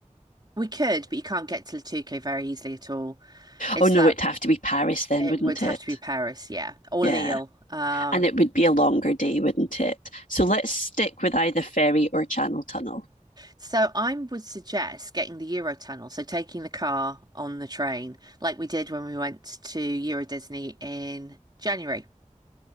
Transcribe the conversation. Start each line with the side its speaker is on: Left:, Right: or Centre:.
Right: we could, but you can't get to Le Touquet very easily at all. It's
Left: Oh, no,
Right: that
Left: it'd have to be Paris then,
Right: it
Left: wouldn't
Right: would have
Left: it?
Right: to be Paris, yeah, or
Left: Yeah.
Right: Lille. Um,
Left: and it would be a longer day, wouldn't it? So let's stick with either ferry or Channel Tunnel.
Right: So I would suggest getting the Eurotunnel, so taking the car on the train, like we did when we went to Euro Disney in January.